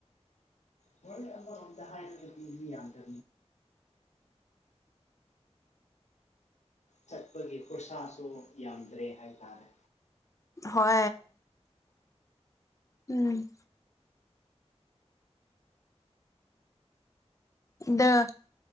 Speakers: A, on the left; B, on the left.
A: ꯍꯣꯏꯗ ꯌꯥꯝ ꯀ
B: <unintelligible>
A: ꯆꯠꯄꯒꯤ ꯈꯨꯣꯔꯁꯥꯁꯨ ꯌꯥꯝꯗ꯭ꯔꯦ ꯍꯥꯏꯇꯥꯔꯦ
B: ꯍ ꯎꯝ ꯑꯗ